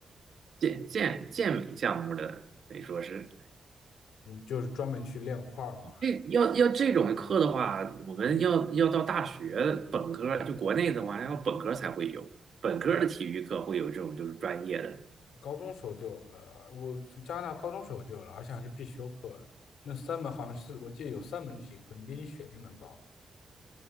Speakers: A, on the right (about 60°); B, on the left (about 85°).
A: 健健健美项目的，得说是
B: 嗯，就是专门去练块儿嘛。
A: 这要要这种课的话，我们要要到大学本科，就国内的话，要本科才会有，本科的体育课会有这种就是专业的
B: 高中时候就有了，我加拿大高中时候就有了，而且还是必修课。那三门好像是我记得有三门体育课，你必须选一门吧？